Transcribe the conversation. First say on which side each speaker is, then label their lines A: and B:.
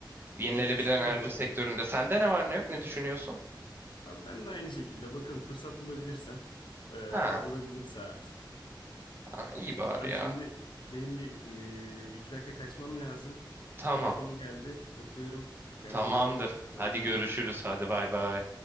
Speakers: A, on the right; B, on the left.
A: Yenilenebilir
B: Böyle İnşallah
A: enerji
B: bakalım.
A: sektöründe. Sende ne var ne yok ne düşünüyorsun?
B: Abi ben de aynı şekilde bakın fırsat bulabilirsem e,
A: Ha,
B: olabilirse artık.
A: ha, iyi bari
B: Abi şimdi
A: ya.
B: benim bir e, iki dakika kaçmam lazım.
A: Tamam.
B: Telefon geldi. Öpüyorum. Kendine
A: Tamamdır.
B: iyi bak. Sonra
A: Hadi
B: yine
A: görüşürüz.
B: konuşuruz.
A: Hadi bay bay.